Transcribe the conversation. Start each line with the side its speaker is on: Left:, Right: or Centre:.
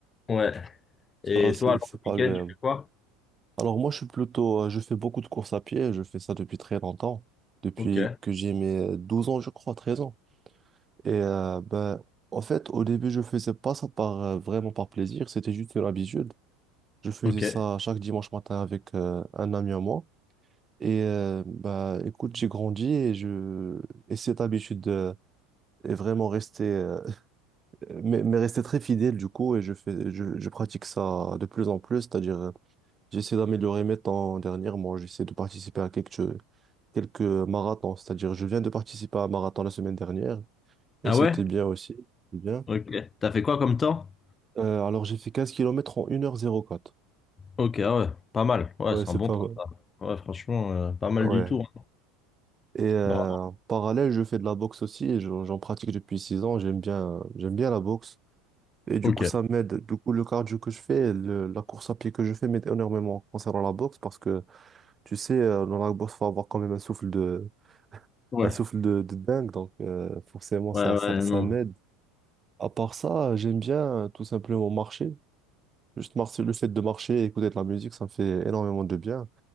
Left: Ouais.
Right: Ça,
Left: Et
Right: c'est
Left: toi, alors,
Right: c'est
Left: le
Right: pas
Left: week-end,
Right: agréable.
Left: tu fais quoi?
Right: Alors moi, je suis plutôt, euh, je fais beaucoup de courses à pied, je fais ça depuis très longtemps, depuis
Left: Ok.
Right: que j'ai mes euh, 12 ans, je crois, 13 ans. Et euh, ben, en fait, au début, je faisais pas ça par, euh, vraiment par plaisir, c'était juste une habitude. Je faisais
Left: Ok.
Right: ça chaque dimanche matin avec euh, un ami à moi. Et euh, ben, écoute, j'ai grandi et, je... et cette habitude euh, est vraiment restée, euh, <laughs> mais, mais restée très fidèle du coup. Et je fais, je, je pratique ça de plus en plus, c'est-à-dire euh, j'essaie d'améliorer mes temps dernièrement, j'essaie de participer à quelques, quelques marathons, c'est-à-dire je viens de participer à un marathon la semaine dernière et
Left: Ah
Right: c'était
Left: ouais?
Right: bien aussi. bien.
Left: Ok. T'as fait quoi comme temps?
Right: Euh, alors j'ai fait 15 kilomètres en une heure zéro 04
Left: Ok, ah ouais, pas mal. Ouais,
Right: Ouais,
Left: c'est
Right: c'est
Left: un bon
Right: pas
Left: temps,
Right: mal.
Left: ça. Ouais, franchement, euh, pas mal
Right: Ouais.
Left: du tout. hein.
Right: Et euh,
Left: Bravo.
Right: en parallèle, je fais de la boxe aussi et j'en j'en pratique depuis 6 ans. J'aime bien, j'aime bien la boxe. Et du
Left: Ok.
Right: coup, ça m'aide. Du coup, le cardio que je fais, le- la course à pied que je fais m'aide énormément concernant la boxe parce que, tu sais, euh, dans la boxe, il faut avoir quand même un souffle de,
Left: Ouais.
Right: un souffle de, de dingue. Donc, euh, forcément,
Left: Ouais,
Right: ça,
Left: ouais,
Right: ça, ça
Left: non.
Right: m'aide. À part ça, j'aime bien euh, tout simplement marcher. Juste marcher, le fait de marcher et écouter de la musique, ça me fait énormément de bien.